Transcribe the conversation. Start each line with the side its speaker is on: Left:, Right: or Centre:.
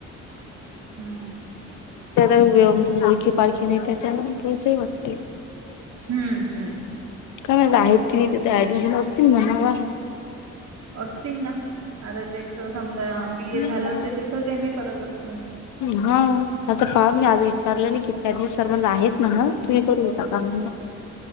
Right: हम्म.
Left: त्या ओळखी पाळखी नाही त्याच्याला थोडसही वाटते.
Right: हम्म हम्म.
Left: काय म आहेत की नाहीथथ ऍडमिशन असतील म्हणावा?
Right: असतील ना आता त्याच समजा बी ए
Left: हम्म.
Right: झालं ते तिथंच एम ए करत असतील.
Left: हा आता पाहा मी आज विचारलं नाही किती अ सर्वांना आहेत म्हणा तुम्ही करू काम.